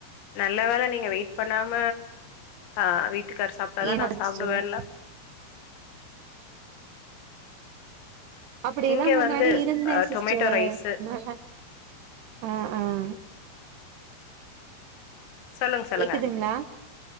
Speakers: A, on the left; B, on the right.
A: நல்ல வேல நீங்க வெயிட் பண்ணாம ஆஹ் வி ட்டுக்கார் சாப்ட்டாதா
B: ஏன்
A: நா சாப்டுவேல்லா
B: சிஸ்டர் அப்டியெல்லா
A: இங்க
B: முன்னாடி
A: வந்து
B: இருந்தே
A: அ
B: சிஸ்டர்
A: டொமேட்டோ ரைஸு
B: ஆ ஹ் ஆஹ்
A: சொல்லுங்க சொல்லுங்க
B: கேக்குதுங்ளா